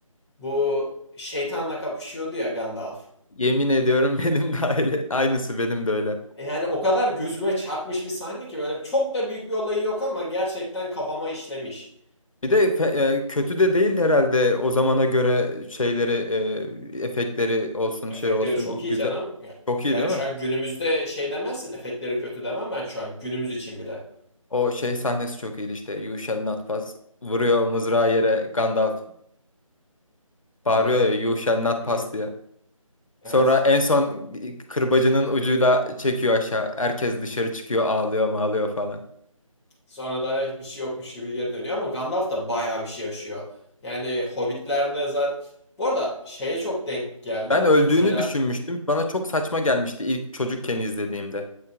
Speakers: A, in the centre; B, on the left.
A: Bu şeytanla kapışıyordu ya Gandalf.
B: Yemin ediyorum <laughs> benim de öyle. Aynısı benim de öyle.
A: E Yani o kadar gözüme çarpmış bir sahne ki böyle çok da büyük bir olayı yok ama gerçekten kafama işlemiş.
B: Bir de fe- e, kötü de değil herhalde o zamana göre şeyleri, e, efektleri olsun,
A: Efektleri
B: şey olsun
A: çok
B: i-
A: iyi
B: güzel.
A: canım.
B: Çok iyi
A: Yani
B: değil mi?
A: şu an günümüzde şey demezsin, efektleri kötü demem ben şu an günümüz için bile.
B: O şey sahnesi çok iyiydi işte. You shall not pass. Vuruyor mızrağı yere Gandalf. Bağırıyor
A: Öyle.
B: ya You shall not
A: Hı
B: pass
A: hı.
B: diye.
A: Evet.
B: Sonra en son kırbacının ucuyla çekiyor aşağı. Herkes dışarı çıkıyor ağlıyor mağlıyor falan.
A: Sonra da bir şey yokmuş gibi geri dönüyor ama Gandalf da bayağı bir şey yaşıyor. Yani Hobbit'lerde zaten... Bu arada şeye çok denk geldim.
B: Ben öldüğünü
A: Mesela
B: düşünmüştüm. Bana çok saçma gelmişti ilk çocukken izlediğimde.